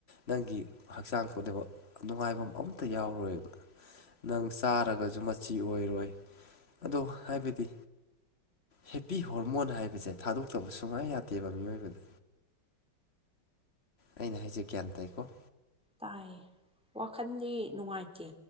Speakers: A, on the left; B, in the centre.
A: ꯅꯪꯒꯤ ꯍꯛꯆꯥꯡ ꯀꯕ ꯅꯨꯡꯉꯥꯏꯐꯝ ꯑꯃꯇ ꯌꯥꯎꯔꯣꯏꯕ ꯅꯪ ꯆꯥꯔꯒꯁꯨ ꯃꯆꯤ ꯑꯣꯏꯔꯣꯏ ꯑꯗꯣ ꯍꯥꯏꯕꯗꯤ ꯍꯦꯞꯄꯤ ꯍꯣꯔꯃꯣꯟ ꯍꯥꯏꯕꯁꯦ ꯊꯥꯗꯣꯛꯇꯕ ꯁꯨꯡꯌꯥ ꯌꯥꯗꯦꯕ ꯃꯤꯑꯣꯏꯕꯗ ꯑꯩꯅ ꯍꯥꯏꯖꯦ ꯒ꯭ꯌꯥꯟ ꯇꯥꯏꯀꯣ
B: ꯇꯥꯏꯌꯦ ꯋꯥꯈꯟꯗꯤ ꯅꯨꯡꯉꯥꯏꯇꯦ